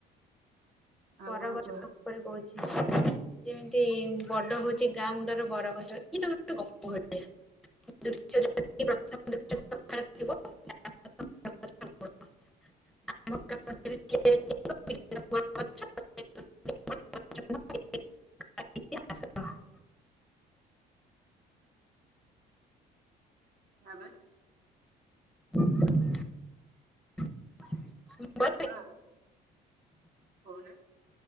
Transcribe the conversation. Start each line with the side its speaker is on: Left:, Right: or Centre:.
Right: ଆଉ
Centre: ବରଗଛ
Right: କଣ କୁହ
Centre: ଉପରେ କହୁଛି। ଯେମିତି ବଡ ହଉଛି ଗାଁ ମୁଣ୍ଡର ବରଗଛ ଏଇଟା ଗୋଟେ ଗପ ଗୋଟେ। <unintelligible> <unintelligible> <unintelligible>
Right: ତାପରେ।
Centre: <unintelligible>
Right: ଉଁ ଅ। କହୁନା।